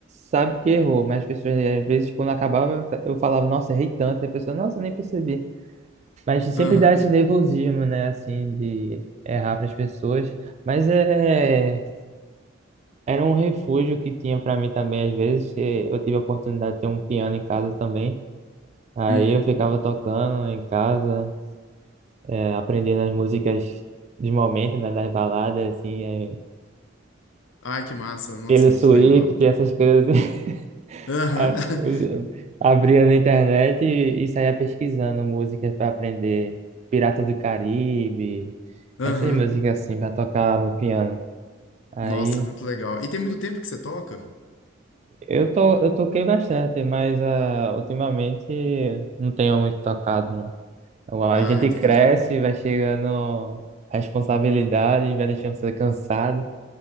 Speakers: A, on the right; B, on the left.
A: sabe que errou. Mas as pessoas, às vezes, quando acabava, eu falava, nossa, errei tanto, e a pessoa, nossa, nem percebi. Mas sempre
B: Aham.
A: dá esse nervosismo, né? Assim, de errar para as pessoas. Mas é, era um refúgio que tinha para mim também. Às vezes eh, eu tive a oportunidade de ter um piano em casa também. Aí
B: Uhum.
A: eu ficava tocando em casa, eh, aprendendo as músicas de momento, né? Das baladas, assim, eh,
B: Ai, que massa. Nossa,
A: pelo
B: é
A: Swift,
B: muito legal.
A: essas coisas. <laughs>
B: Aham.
A: Aí
B: <laughs>
A: eu Abria na internet e, e saía pesquisando músicas para aprender. Pirata do Caribe,
B: Aham.
A: essas músicas assim, para tocar no piano. Aí
B: Nossa, é muito legal. E tem muito tempo que você toca?
A: eu tô, eu toquei bastante, mas ah, ultimamente não tenho muito tocado, não. Então, A
B: Ah,
A: gente
B: entendi.
A: cresce, vai chegando responsabilidade, vai deixando você cansado.